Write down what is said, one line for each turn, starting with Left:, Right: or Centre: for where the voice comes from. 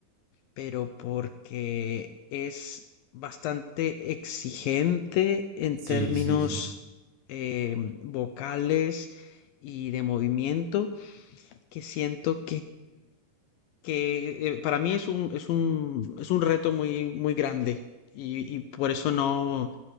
Left: pero porque es bastante exigente en
Right: Sí,
Left: términos
Right: sí, sí.
Left: eh, vocales y de movimiento, que siento que eh, para mí es un, es un, es un reto muy, muy grande y, y por eso no